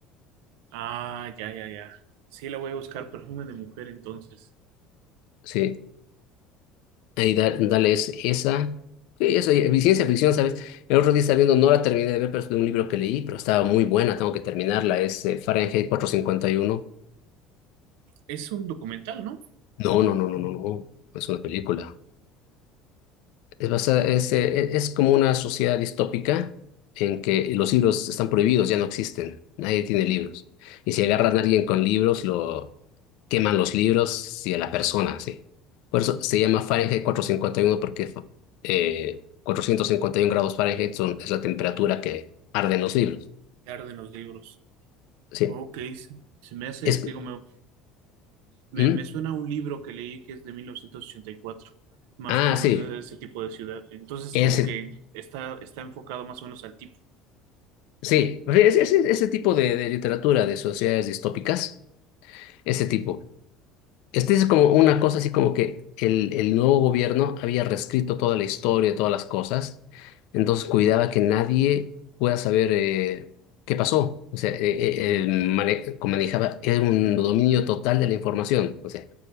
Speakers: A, on the right; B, on the left.
A: Ah, ya, ya, ya. Sí, la voy a buscar perfume de mujer entonces.
B: Sí. Ahí da- dale es- esa. Sí, eso, y- ciencia ficción, ¿sabes? El otro día estaba viendo, no la terminé de ver, pero es de un libro que leí, pero estaba muy buena, tengo que terminarla. Es eh, Fahrenheit cuatrocientos cincuenta y uno
A: Es un documental, ¿no?
B: No, no, no, no, no, no. Es una película. Es, basada- es, eh, e- es como una sociedad distópica en que los libros están prohibidos, ya no existen. Nadie tiene libros. Y si agarran a alguien con libros, lo, queman los libros y a las personas, sí. Por eso se llama Fahrenheit cuatrocientos cincuenta y uno porque eh, 451 grados Fahrenheit son, es la temperatura que arden los libros.
A: Claro, arden los libros.
B: Sí.
A: Ok, se se me hace,
B: Es,
A: digo, me, me,
B: ¿Mm?
A: me suena a un libro que leí que es de 1984, más
B: Ah,
A: o menos
B: sí.
A: es de ese tipo de ciudad. Entonces,
B: Ese,
A: como que está, está enfocado más o menos al tipo.
B: sí. Ese, ese- ese tipo de, de literatura de sociedades distópicas, ese tipo. Este es como una cosa así como que el, el nuevo gobierno había reescrito toda la historia, todas las cosas, entonces cuidaba que nadie pueda saber eh, qué pasó. O sea, eh, eh, eh, mane- como manejaba, era un dominio total de la información. O sea,